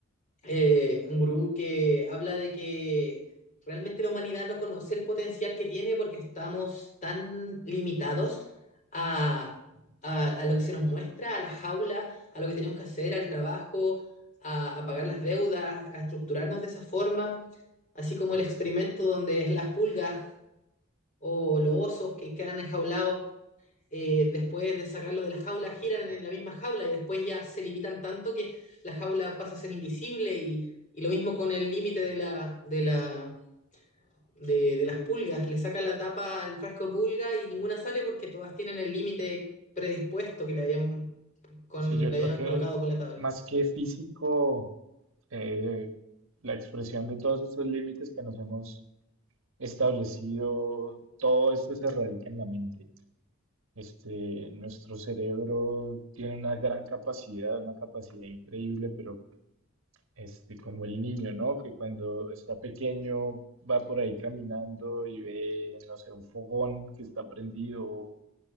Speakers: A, on the left; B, on the right.
A: eh, un gurú que habla de que realmente la humanidad no conoce el potencial que tiene porque estamos tan limitados a, a- a lo que se nos muestra, a la jaula, a lo que tenemos que hacer, al trabajo, a, a pagar las deudas, a estructurarnos de esa forma, así como el experimento donde las pulgas o los osos que quedan enjaulados eh, después de sacarlo de la jaula, giran en la misma jaula y después ya se limitan tanto que la jaula pasa a ser invisible y, y lo mismo con el límite de la, de la, de, de, las pulgas, le saca la tapa al frasco de pulga y ninguna sale porque todas tienen el límite predispuesto que le habían, con,
B: Sí, yo
A: le
B: creo
A: habían
B: que
A: colocado con la tabla.
B: más que físico, eh, la expresión de todos estos límites que nos hemos establecido, todo esto se radica en la mente. Este, nuestro cerebro tiene una gran capacidad, una capacidad increíble, pero este, como el niño, ¿no? Que cuando está pequeño va por ahí caminando y ve, no sé, un fogón que está prendido